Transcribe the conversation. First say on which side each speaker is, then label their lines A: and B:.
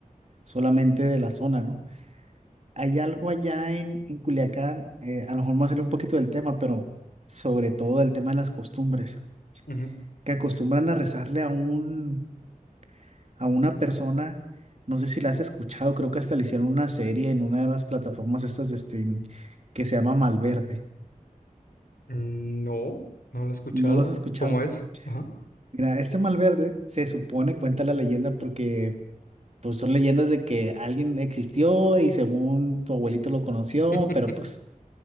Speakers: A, on the right (about 50°); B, on the left (about 85°).
A: solamente de la zona, ¿no? Hay algo allá en, en Culiacán, eh, a lo mejor me va a salir un poquito del tema, pero sobre todo el tema de las costumbres,
B: Ujú.
A: que acostumbran a rezarle a un, a una persona, no sé si la has escuchado, creo que hasta le hicieron una serie en una de las plataformas estas de streaming que se llama Malverde.
B: Mm, No, no lo he escuchado.
A: ¿No lo has escuchado?
B: ¿Cómo es? Ajá.
A: Mira, este Malverde se supone, cuenta la leyenda, porque pues son leyendas de que alguien existió y según tu abuelito lo conoció,
B: <laughs>
A: pero pues